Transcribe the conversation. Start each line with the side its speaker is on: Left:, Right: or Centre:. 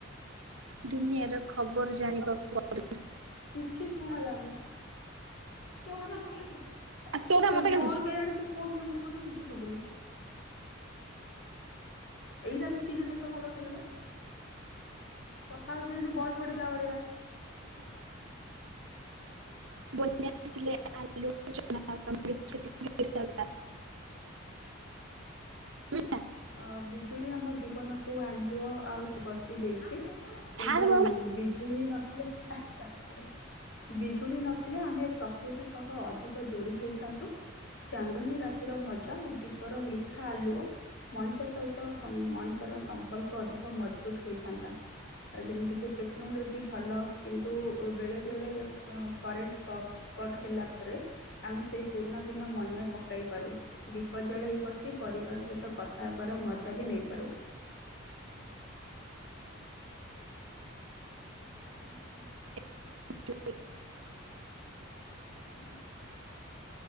Left: ହଁ <inaudible>
Right: ଦୁନିଆର ଖବର ଜାଣିବାକୁ ବ
Left: କିଛି ଶୁଣାଯାଉନି ତୋ କଥା ମତେ କିଛି
Right: ତୋ କଥା
Left: ତୋର
Right: ମତେ କାଇଁ
Left: କଣ
Right: ଶୁଭୁଚି?
Left: କେଜାଣି ତୁ କଣ କେମିତି କହୁଛୁ କିଛି ଶୁଭୁନି। ଏଇଟା ଯ ଚିିଲେଇ ଦେଲୁ ତ ଭଲ ଶୁଭିଲା। କଥା ହଉଛି ଯେମିତି ବହି ପଢିଲା ଭଳିଆ।
Right: ପ <inaudible>
Left: ହୁଁ ହ <inaudible>
Right: ବନ୍ୟାସିଲ ଆଲୋଚଚନାାମିକ୍ଷତି <unintelligible> ଶୁଭିଲା।
Left: ଅ ବିଜୁଳି ଆମ ଜୀବନକୁ ଆଲୁଅ ଆଉ ଗତି ଦେଇଛି। କିନ୍ତୁ
Right: ତାହା
Left: ବିଜୁଳି ନଥିଲେ ହା ଚାଷ କଡକୁ ବିଜୁଳି ନଥିଲେ ଆମେ ପ୍ରକୃତି ସହ ଅଧିକ ଯୋଡି ହୋଇଥାନ୍ତୁ। ଚାନ୍ଦଣୀ ରାତିର ମଜା ଦୀପର ମିଠା ଆଲୁଅ, ମଣିଷ ସହିତ ମଣିଷର ସମ୍ପର୍କ ଅଧିକ ମଜବୁତ ହୋଇଥାନ୍ତା। ଆ ଯେମିତି କି ଟେକ୍ନୋଲୋଜି ଭଲ କିନ୍ତୁ ବେଳେ ବେଳେ କରେଣ୍ଟ କପ କଟ ହେଲା ପରେ ଆମେ ସେଇ ପୁରୁଣା ଦିନ ମନେ ପକାଇ ପାରୁ ଦୀପ ଜଳେଇ ବସି ପରିବାର ସହିତ କଥ ଖାଇବାର ମଜା ବି ନେଇପାରୁ ହ <inaudible>
Right: <inaudible>
Left: <inaudible>